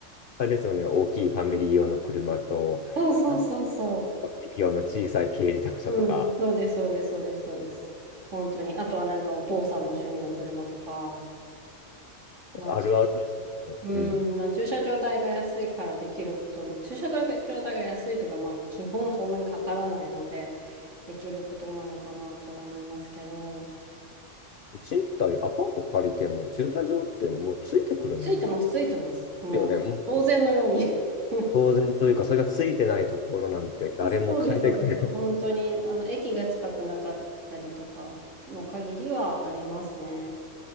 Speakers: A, on the left; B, on the right.
A: あれですよね、大きいファミリー用の車と、
B: そうそうそうそ
A: あの、一匹用の小さい軽自動車とか、
B: う。うん、そうです、そうです、そうです、そうです。本当に。あとはなんかお父さんの趣味の車とか、まあ、
A: あるある。
B: 駐、うん、
A: うん。
B: まあ、駐車場代が安いからできることな、駐車場代が安いというか、まあ、基本そんなにかからないので、できることなのかなと思いますけど、
A: 賃貸、アパート借りても駐車場ってもうついてくるんだ
B: ついてます、ついてます。もう、
A: よね。もう
B: 当然のように <laughs>
A: 当然というか、それがついてないところなんて誰も借りてくれない。
B: <laughs> そうです、そうです。本当に、あの、駅が近くなかったりとかの限りはありますね。